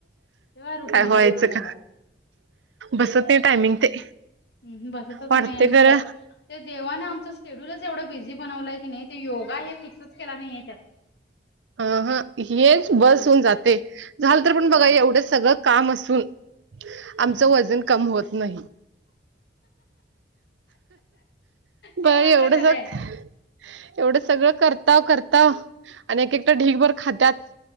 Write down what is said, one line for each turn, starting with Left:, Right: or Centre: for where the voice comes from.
Left: त्यो काय रुटीन
Right: व्हायचं
Left: जमना झालाय.
Right: का बसत नाही टायमिंग ते.
Left: अंह बसतच
Right: वाटते
Left: नाही आणि
Right: खरं
Left: सर ते देवानें आमचं शेड्यूलच एवढं बिझी बनवलंय की नाही, ते योगा हे फिक्सच केला नाहीये त्यात.
Right: हा हा हेच बस होऊन जातेय,, झाल तर
Left: त्यात
Right: पण बघा एवढं सगळं काम असून. आमचं
Left: हा.
Right: वजन कम होत नाही.
Left: हे
Right: बर
Left: मात्र
Right: एवढं
Left: खरं
Right: सग
Left: आहे.
Right: एवढं सगळं करताव करताव. आणि एक एकदा ढीगभर खात्यात.